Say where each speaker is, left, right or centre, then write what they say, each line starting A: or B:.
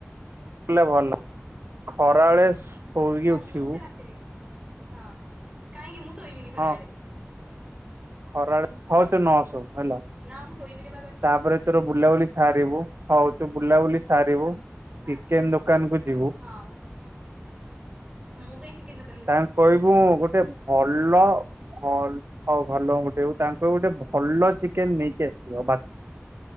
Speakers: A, on the right (about 60°); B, on the right (about 20°).
A: କଲେ ଭଲ ଖରାବେଳେ ଶୋଇକି
B: ହଁ
A: ଉଠିବୁ
B: ମୁଁ ତ ରାତିରେ ହଁ କାହିଁକି ମୁଁ ଶୋଇବିନି ଖରାବେଳେ।
A: ହଁ ଖରାବେଳେ ହଉ ତୁ ନଅ ଶୁ ହେଲା।
B: ନା ମୁଁ ଶୋଇବିିନି
A: ତାପରେ ତୋର ବୁଲାବୁଲି ସାରିବୁ ହଉ ତୁ ବୁଲାବୁଲି ସାରିବୁ।
B: ନା
A: ଚିକେନ ଦୋକାନ କୁ ଯିବୁ
B: ହଁ ମୁଁ କାଇଁ ଚିକେନ୍ ଦୋକାନ
A: ତାଙ୍କୁ କହିବୁ ଗୋଟେ ଭଲ ହଉ ଘର ଲୋକଙ୍କୁ ପଠେଇବୁ ତାଙ୍କୁ କହିବୁ ଗୋଟେ ଭଲ ଚିକେନ ନେଇକି ଆସିବ। ବା